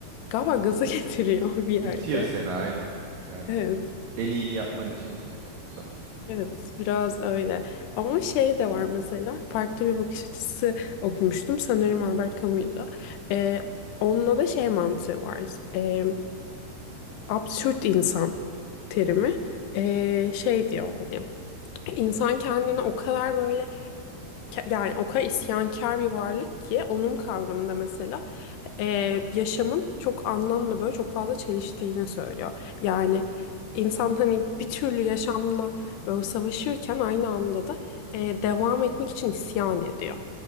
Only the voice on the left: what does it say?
galiba gaza <laughs> getiriyor bir yerde.
Evet.
Evet, biraz öyle. Ama şey de var mesela, farklı bir bakış açısı okumuştum. Sanırım Albert Camus'du. Ee, onunla da şey mantığı var. Ee, absürt insan terimi. Ee, şey diyor hani, insan kendini o kadar böyle ke- yani o kadar isyankar bir varlık ki onun kavramında mesela e, yaşamın çok anlamlı böyle çok fazla çeliştiğini söylüyor. Yani insan hani bir türlü yaşamla böyle savaşırken aynı anda da e, devam etmek için isyan ediyor.